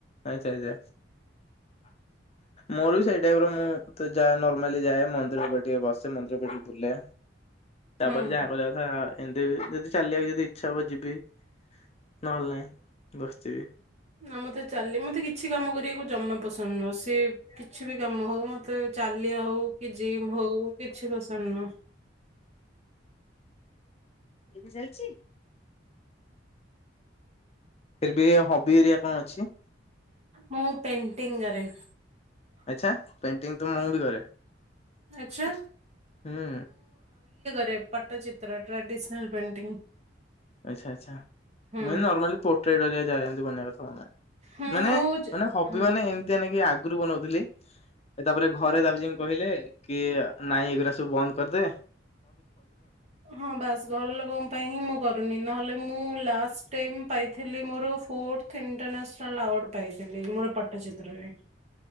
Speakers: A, on the left (about 35°); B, on the right (about 35°).
A: ଆଚ୍ଛା ଆଚ୍ଛା ମୋର ବି ସେଇ ଟାଇପ ର ମୁଁ ତ ଯା ନର୍ମାଲି ଯାଏ ମନ୍ଦିରକୁ ଟିକେ ବସେ ମନ୍ଦିରକୁ ଟିକେ ବୁଲେ ତାପରେ
B: ହୁଁ
A: ଯାହା ହେବା କଥା ଏମତି ବି ଯଦି ଚାଲିବାକୁ ଯଦି ଇଚ୍ଛା ହବ ଯିବି ନହେଲେ ନାଇଁ ବସିିଥିବି।
B: ନା ମୋତେ ଚାଲି ମୋତେ କିଛି କାମ କରିବାକୁ ଜମା ପସନ୍ଦ ନୁହଁ ସେ କିଛି ବି କାମ ହଉ ମୋତେ ଚାଲବା ହଉ କି ଜିମ ହଉ କିଛି ପସନ୍ଦ ନୁହଁ। <inaudible>
A: ଏବେ ଯାଇଛି। ଫିର ବି ହବି ଏରିଆ କଣ ଅଛି
B: ମୁଁ ପେଣ୍ଟିଙ୍ଗ କରେ
A: ଆଛା ପେଣ୍ଟିଙ୍ଗ ତ ମୁଁ ବି କରେ
B: ଆଚ୍ଛା
A: ହୁଁ
B: ରେ ପଟ୍ଟଚିତ୍ର ଟ୍ରେଡିସନାଲ ପେଣ୍ଟିଂ
A: ଆଛା ଆଚ୍ଛା
B: ହୁଁ
A: ମୁ ଏଇ ନର୍ମାଲି ପୋର୍ଟ୍ରଡ ଯାଏଁ ଯାଏ ବନେଇବା କଥା ଆମେ
B: ହୁଁ
A: ମାନେ
B: ମୁଁ ଯ
A: ମାନେ ହବି
B: ହଁ
A: ମାନେ ଏମତିକା ନେଇକି ଆ ଆଗରୁ ବନଉଥିଲି ତାପରେ ଘରେ ଦାବ ଯେମିତି କହିଲେ କି ନାଇଁ ଏଗୁଡା ସବୁ ବନ୍ଦ କରଦେବେ
B: ହଁ ବାସ ଘର ଲୋକଙ୍କ ପାଇଁ ହିଁ ମୁଁ କରୁନି ନହେଲେ ମୁଁ ଲାଷ୍ଟ ଟାଇମ ପାଇ ଥିଲି ମୋର ଫୋର୍ଥ ଇଣ୍ଟନାସ ଆୱାର୍ଡ଼ ପାଇଥିଲି ମୋର ପଟ୍ଟଚିତ୍ରରେ